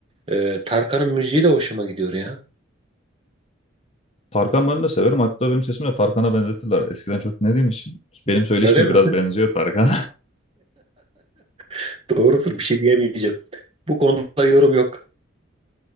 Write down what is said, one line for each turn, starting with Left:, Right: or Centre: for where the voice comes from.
Right: E, Tarkan'ın müziği de hoşuma gidiyor ya.
Left: Tarkan ben de severim. Hatta benim sesimi de Tarkan'a benzetirler. Eskiden çok dinlediğim için. Benim söyleşim
Right: Öyle
Left: de
Right: mi?
Left: biraz benziyor Tarkan'a.
Right: <laughs> Doğrudur bir şey diyemeyeceğim. Bu konuda yorum yok.